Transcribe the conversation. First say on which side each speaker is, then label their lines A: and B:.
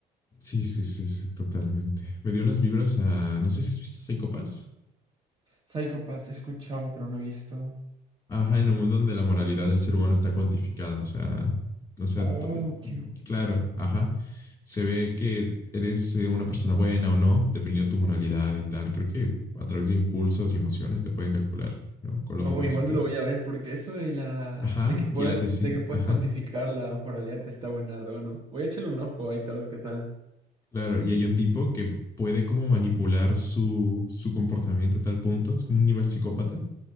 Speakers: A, on the left; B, on the right.
A: Sí, sí, sí, sí, totalmente. Me dio unas vibras a... No sé si has visto Psycho Pass.
B: Psycho Pass he escuchado, pero no he visto.
A: Ajá, en un mundo donde la moralidad del ser humano está cuantificada. O sea, o sea,
B: Oh,
A: t-
B: qué bueno.
A: Claro, ajá. Se ve que eres eh, una persona buena o no, dependiendo de tu moralidad y tal. Creo que a través de impulsos y emociones te pueden calcular, ¿no? Con los
B: Oh,
A: robotcitos.
B: igual me lo voy a ver, porque eso de la.
A: Ajá,
B: de que puedas,
A: y el asesino.
B: de que puedas
A: Ajá,
B: cuantificar la moralidad está buenardo, ¿o no? Voy a echarle un ojo ahí, tal, lo que tal.
A: claro. Y hay un tipo que puede como manipular su, su comportamiento a tal punto, es como un nivel psicópata,